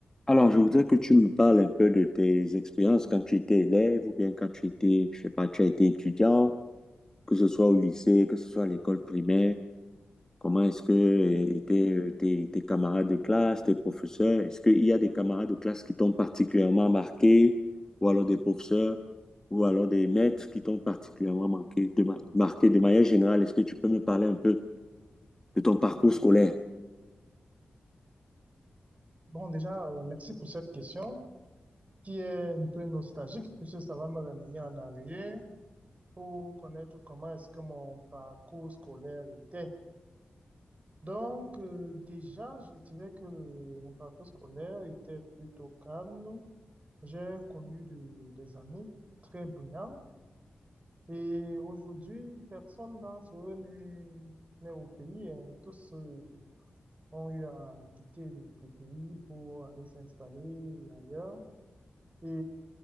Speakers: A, on the left; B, on the right.
A: Alors, je voudrais que tu me parles un peu de tes expériences quand tu étais élève ou bien quand tu étais, je sais pas, tu as été étudiant, que ce soit au lycée, que ce soit à l'école primaire. Comment est-ce que euh, tes, tes, tes camarades de classe, tes professeurs, est-ce qu'il y a des camarades de classe qui t'ont particulièrement marqué, ou alors des professeurs, ou alors des maîtres qui t'ont particulièrement marqué de, ma- marqué de manière générale? Est-ce que tu peux me parler un peu de ton parcours scolaire?
B: Bon, déjà, euh, merci pour cette question qui est un peu nostalgique puisque ça va me ramener en arrière pour connaître comment est-ce que mon parcours scolaire était. Donc, euh, déjà, je dirais que le- mon parcours scolaire était plutôt calme. J'ai connu de- des amis très brillants et aujourd'hui, personne d'entre eux n'est n'est au pays. hein. Tous euh, ont eu à quitter le le pays pour aller s'installer ailleurs. Et